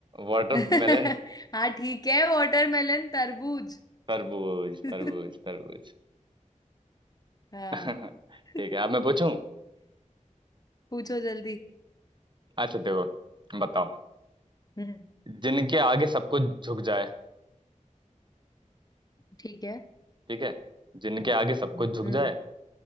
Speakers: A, on the right; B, on the left.
A: वाटरमेलन
B: <laughs> हाँ ठीक है वाटरमेलन तरबूज
A: तरबूज
B: <laughs>
A: तरबूज तरबूज
B: हाँ
A: ठीक
B: <laughs>
A: है अब मैं पूछूं
B: पूछो जल्दी
A: अच्छा देखो बताओ
B: हम्म
A: जिनके आगे सब कुछ झुक जाए
B: ठीक है
A: ठीक है जिनके
B: क्या
A: आगे
B: है?
A: सब
B: हम्म
A: कुछ झुक जाए